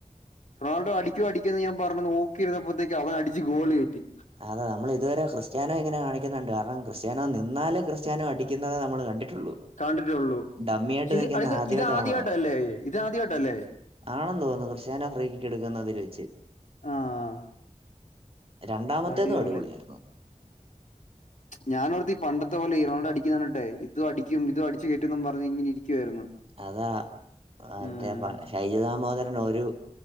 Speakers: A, on the left; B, on the right.
A: റൊണാഡോടിക്കോടിക്കെന്ന് ഞാൻ പറഞ്ഞു നോക്കിയിരുന്നപ്പോഴത്തേക്ക് അവൻ അടിച്ച് ഗോൾ കറ്റി
B: അതെ നമ്മൾ ഇതുവരെ ക്രിസ്ത്യാനോ ഇങ്ങനെ കാണിക്കുന്നുണ്ട് കാരണം ക്രിസ്ത്യാനോ നിന്നാ ക്രിസ്ത്യാനോ അടിക്കുന്നതേ നമ്മൾ കണ്ടിട്ടുള്ളൂ
A: കണ്ടിട്ടേുള്ളൂക്ഷ
B: ഡമ്മിയായിട്ട് നിൽക്കുന്ന ആദ്യമായിട്ട്
A: ഇത് ആദ്യമായിട്ടല്ലേ
B: കാണുക ആണെന്ന് തോന്നുന്നു. ക്രിസ്റ്റിയന അഫ്രീക്കിക്ക് എടുക്കുന്നതിൽ വെച്ച്
A: ആഹ്
B: രണ്ടാമത്തേതും
A: അടിപൊളി
B: അടിപൊളിയായിരുന്നു
A: ഞാനൻവിടത്ത് ഈ പണ്ടത്തെ പോലെ ഇറോഡ അടിക്കുന്നാണ്ട്ടെ ഇത്ടിക്കും ഇും അടിച്ചു കയറ്റുന്നും പറഞ് ഇങ്ങന ഇരിക്കുവായിരുന്നു.
B: അതാ മറ്റേ
A: ഉം
B: ശൈജ ദാമോദരൻ ഒരു